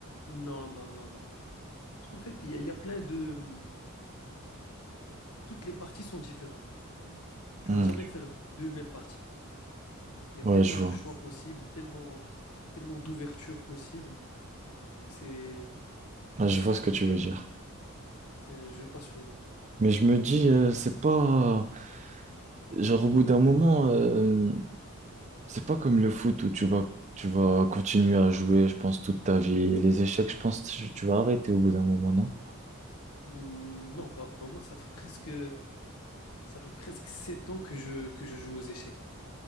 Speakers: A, on the left; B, on the right.
A: Non, non, non, non. En fait, il y, a il y a plein de... hum, Toutes les parties sont différentes. Tu
B: Hmm.
A: vas jamais faire deux mêmes parties. Il y
B: Ouais,
A: a tellement
B: je vois.
A: de choix possibles, tellement, tellement d'ouvertures possibles. Donc c'est
B: Ouais, je vois ce que tu veux dire.
A: c'est un jeu passionnant.
B: Mais je me dis, euh, c'est pas... Genre, au bout d'un moment... euh, C'est pas comme le foot où tu vas, tu vas continuer à jouer, je pense, toute ta vie. Les échecs, je pense, tu, tu vas arrêter au bout d'un moment, non?
A: Hum, Non, bah, bah moi, ça fait presque, ça fait presque 7 ans que je, que je joue aux échecs.